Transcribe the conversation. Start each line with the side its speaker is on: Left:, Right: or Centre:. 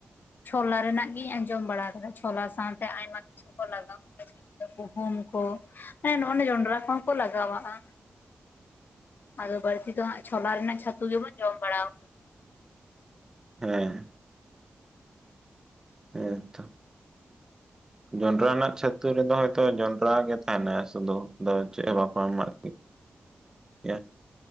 Left: ᱪᱷᱳᱞᱟ ᱨᱮᱱᱟᱜ ᱜᱤᱧ ᱟᱸᱡᱚᱢ ᱵᱟᱲᱟ ᱟᱠᱟᱫᱟ, ᱪᱷᱳᱞᱟ ᱥᱟᱶᱛᱮ ᱟᱭᱢᱟ ᱠᱤᱪᱷᱩ ᱠᱚ ᱞᱟᱜᱟᱣ ᱜᱩᱦᱩᱢ ᱠᱚ, ᱮᱢᱱᱚᱜ ᱡᱚᱱᱰᱨᱟ ᱠᱚᱦᱚᱸ ᱠᱚ ᱞᱟᱜᱟᱣᱟᱜᱼᱟ ᱟᱫᱚ ᱵᱟᱹᱲᱛᱤ ᱫᱚ ᱦᱜ ᱪᱷᱚᱞᱟ ᱨᱮᱱᱟᱜ ᱪᱷᱟᱹᱛᱩ ᱜᱮᱵᱚᱱ ᱡᱚᱢ ᱵᱟᱲᱟᱣ
Right: ᱦᱮᱸ ᱦᱮᱛᱚ <inaudible> ᱡᱚᱱᱰᱨᱟ ᱨᱮᱱᱟᱜ ᱪᱷᱟᱹᱛᱩ ᱨᱮᱫᱚ ᱦᱚᱭᱛᱚ ᱡᱚᱱᱰᱨᱟ ᱜᱮ ᱛᱟᱦᱮᱱᱟ ᱥᱩᱫᱩ, ᱪᱮᱫ ᱦᱚᱸ ᱵᱟᱠᱚ ᱮᱢᱟᱜ ᱠᱭᱟ